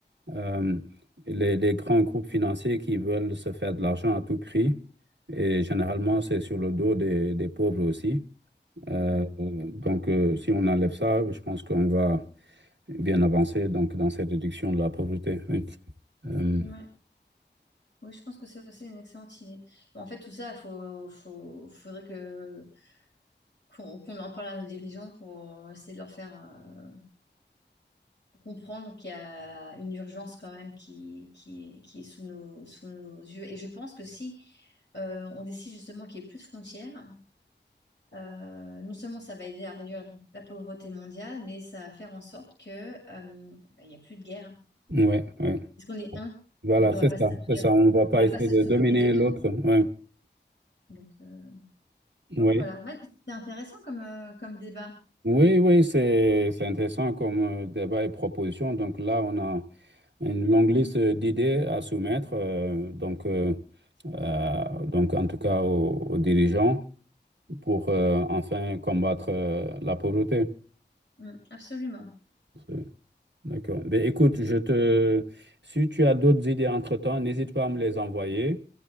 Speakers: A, on the right; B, on the left.
A: Euh, les, les grands groupes financiers qui veulent se faire de l'argent à tout prix, et généralement c'est sur le dos des, des pauvres aussi. Euh,
B: Ouais.
A: donc euh, si on enlève ça, je pense qu'on va bien avancé donc dans cette réduction de la pauvreté. Oui. Euh,
B: Ouais. Oui, je pense que c'est aussi une excellente idée. En fait, tout ça, faut, faut, faudrait que qu'on qu'on en parle à nos dirigeants pour essayer de leur faire euh, comprendre qu'il y a une urgence quand même qui, qui est, qui est sous nos, sous nos yeux. Et je pense que si euh, on décide justement qu'il n'y ait plus de frontières, euh, non seulement ça va aider à réduire la, pau- la pauvreté mondiale, mais ça va faire en sorte que, euh, bah, il n'y a plus de guerre.
A: ouais, ouais.
B: Parce qu'on est un,
A: Voilà,
B: donc on
A: c'est
B: va pas se
A: ça,
B: taper,
A: c'est ça. On ne va pas
B: on va
A: essayer
B: pas se
A: de dominer
B: détruire
A: l'autre. Ouais.
B: Donc, euh,
A: Oui,
B: donc voilà, Bah, c'est intéressant comme, euh, comme débat.
A: oui, oui, c'est c'est intéressant comme euh, débat et proposition. Donc là, on a une longue liste euh, d'idées à soumettre. euh, donc, euh, euh, donc, en tout cas, aux, aux dirigeants pour euh, enfin combattre euh, la pauvreté.
B: Mm, absolument.
A: C'est- D'accord. Ben, écoute, je te... si tu as d'autres idées entre-temps, n'hésite pas à me les envoyer.